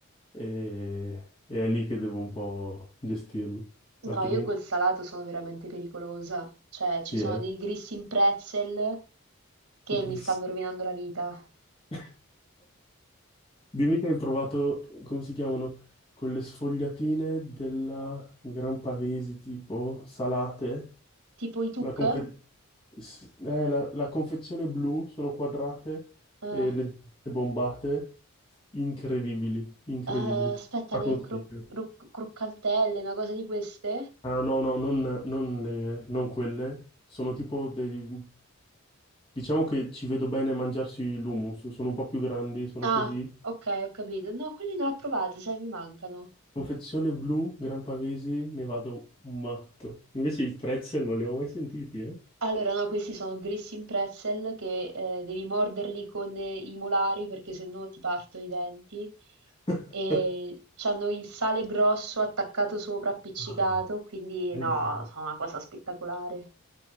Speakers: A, on the left; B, on the right.
A: e, e è lì che devo un po' gestirmi, altrimenti
B: No, io col salato sono veramente pericolosa. Cioè, ci
A: sì,
B: sono
A: eh.
B: dei Grissini in Pretzel che
A: Gris.
B: mi stanno rovinando la vita.
A: <laughs> Dimmi che hai provato, come si chiamano, quelle sfogliatine della Gran Pavesi, tipo salate,
B: Tipo i
A: la,
B: tuk?
A: confe- s- eh, la- la confezione blu, sono quadrate e
B: Eh,
A: leggermente bombate, incredibili, incredibili,
B: eh, aspetta,
A: la
B: le
A: consiglio.
B: cro- ro- croccantelle, una cosa di queste?
A: Ah no, no, non, non le- non quelle, sono tipo dei, Diciamo che ci vedo bene a mangiarsi l'hummus, sono un po' più grandi, sono
B: Ah,
A: così.
B: ok, ho capito. No, quelli non li ho provati, sai, mi mancano.
A: Confezione blu, Gran Pavesi, ne vado matto. Invece i pretzel non li ho mai sentiti, eh?
B: Allora, no, questi sono grissini pretzel che eh, devi morderli con eh, i molari perché sennò ti partono i denti.
A: <laughs>
B: E c'hanno il sale grosso attaccato sopra, appiccicato,
A: Ah,
B: quindi
A: bello.
B: no, sono una cosa spettacolare.